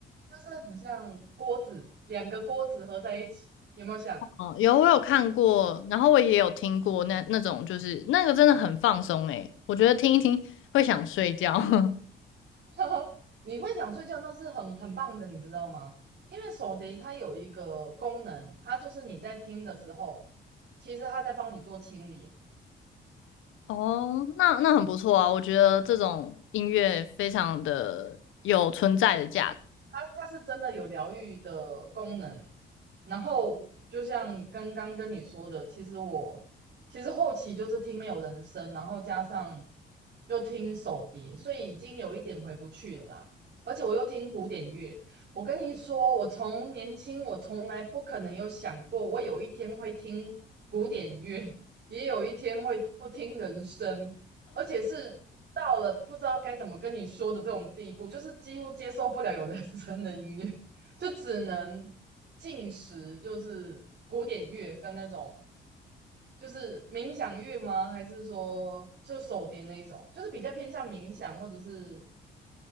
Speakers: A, on the right; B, on the left.
A: 就是很像锅子，两个锅子合在一起，有没有想？
B: 哦，有我有看过，然后我也有听过那那种，就是那个真的很放松诶，我觉得听一听会想睡觉。<laughs>
A: <laughs> 你会想睡觉，那是很很棒的，你知道吗？因为手碟它有一个功能，它就是你在听的时候，其实它在帮你做清理哦
B: 哦，那那很不错啊，我觉得这种音乐非常的有存在的价值。
A: 它它是真的有疗愈的功能。然后就像刚刚跟你说的，其实我其实后期就是听没有人声，然后加上又听手碟，所以已经有一点回不去了啦。而且我又听古典乐，我跟你说，我从年轻我从来不可能有想过，我有一天会听古典乐，也有一天会不听人声。而且是到了不知道该怎么跟你说的这种地步，就是几乎接受不了有人声的音乐，<laughs> 就只能进食，就是古典乐跟那种就是冥想乐吗？还是说就手碟那一种，就是比较偏向冥想，或者是